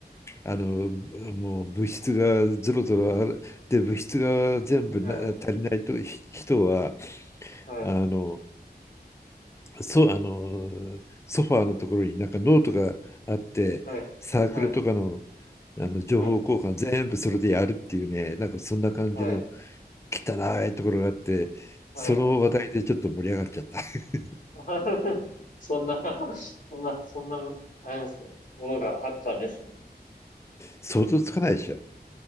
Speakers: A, on the left; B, on the left.
A: あの、もう物質がぞろぞろある、で、物質が全部な足りないとひ人は、
B: はい、はい、
A: あの、そう、あの、ソファーのところになんかノートがあって、
B: はい、
A: サークルとかの、
B: はい、
A: あの情報交換全部それでやるっていうね、
B: はい、
A: なんかそんな感じの
B: はい、
A: 汚いところがあって、
B: はい。
A: その話題でちょっと盛り上がっちゃった。<laughs>
B: <laughs> そんな、そんな、そんな、あれですね、ものがあったんですね。
A: 想像つかないでしょ。